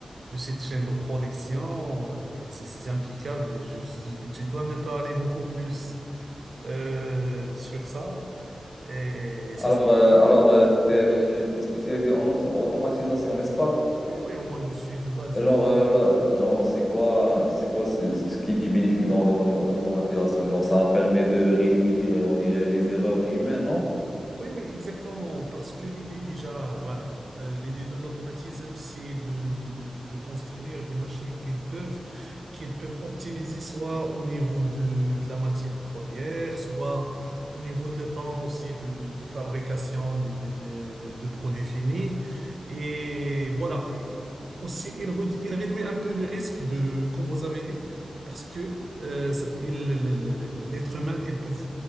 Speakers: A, on the right; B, on the left.
A: de cette chaîne de production, et c'est c'est impeccable. Je- je- tu dois me parler beaucoup plus. euh, sur ça. Et c'est...
B: Alors, euh, alors euh, t'es t'es spécialisé en auto- automatisation, n'est-ce pas?
A: Oui, oui, moi je suis de base.
B: Genre,
A: hindou.
B: euh, là, genre c'est quoi, c'est quoi ce, ce qui est bénéfique dans l'automa- l'automatisation? Genre, ça permet de réduire, euh, on dirait, les erreurs humaines, non?
A: Oui, oui, exactement. Parce que l'idée déjà, voilà, euh, l'idée de l'automatisme, c'est de, de, de, de, de construire des machines qu'ils peuvent, qu'ils peuvent optimiser soit au niveau de, de la matière première, soit au niveau de le temps aussi de, de, de fabrication des, des, des, des- de produits finis. Et voilà, Et- et aussi, il, réduit- il réduit un peu le risque de, comme vous avez dit, parce que euh, ça- il- le- le- le- le- l'être humain, ils peuvent